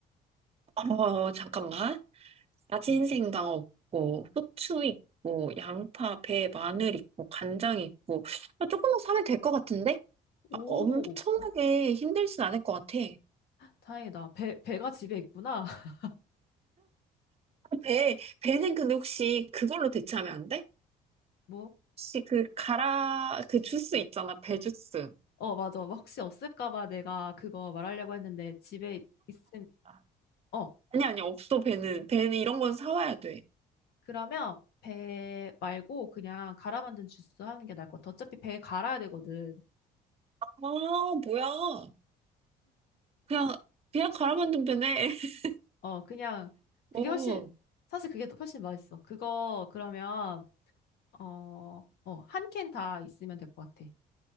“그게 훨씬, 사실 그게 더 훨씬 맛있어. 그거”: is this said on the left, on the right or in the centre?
Left